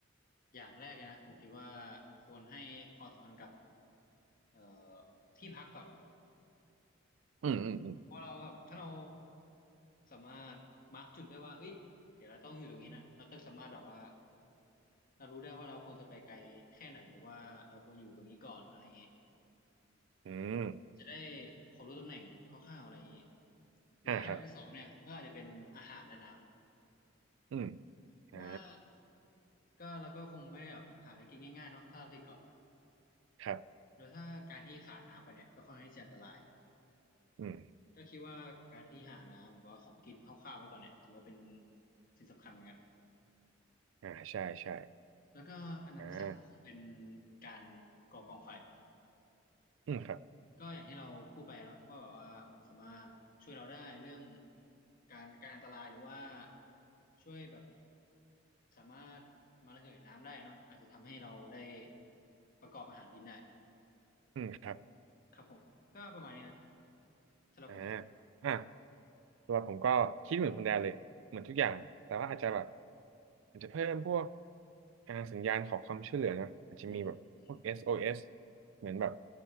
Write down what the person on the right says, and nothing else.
อืมอืมอืม
อืม
อ่าครับอืม
อ่า
ครับ
อืม
อ่าใช่ใช่
อ่า
อืมครับ
อืมครับ
อ่าอ่ะสรับผมก็คิดเหมือนคนแดนเลยเหมือนทุกอย่างแต่ว่าอาจจะแบบอาจจะเพิ่มพวกอ่าสัญญาณขอความช่วยเหลือนะอาจจะมีแบบพวก
SOS เอสเหมือนแบบ